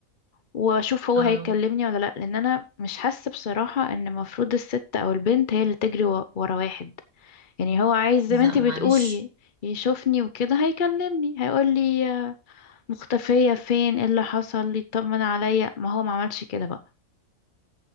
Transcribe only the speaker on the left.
واشوف هو
هيكلمني ولا لا لان انا مش حاسة بصراحة ان المفروض الست او البنت هي اللي تجري و- ورا واحد يعني هو عايز زي
ما انتي
بتقولي يشوفني وكده هيكلمني هيقولي آه، مختفية فين ايه اللي حصل يطمن عليا ما هو ما عملش كده بقى